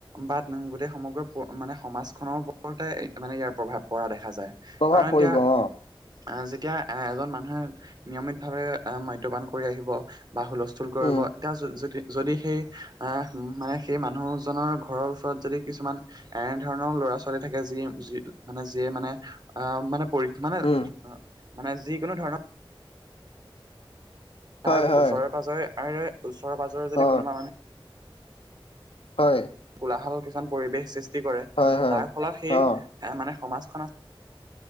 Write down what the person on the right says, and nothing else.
বা গোটেই সমগ্ৰ প মানে সমাজখনৰ ওপৰতে মানে, ইয়াৰ প্ৰভাৱ পৰা দেখা যায়।
কাৰণ
এতিয়া
আঁ যেতিয়া এজন মানুহে নিয়মিত ভাৱে আ মদ্যপান কৰি আহিব বা হুলস্ স্থল কৰিব।
এতিয়া যদ যদি যদি সেই আ মানে সেই মানুহজনৰ ঘৰৰ ওচৰত যদি কিছুমান এনে ধৰণৰ ল'ৰা-ছোৱালী থাকে যিয়ে যি মানে যিয়ে মানে আঁ মানে পৰী মানে,
মানে যিকোনো ধৰণৰ তাৰ
ওচৰে-পাজৰে আৰু ওচৰে-পাজৰে
যদি কোনোবা মানুহ
কোলাহল কিছুমান পৰিৱেশ সৃষ্টি কৰে।
তাৰ ফলত সেই
মানে সমাজখনত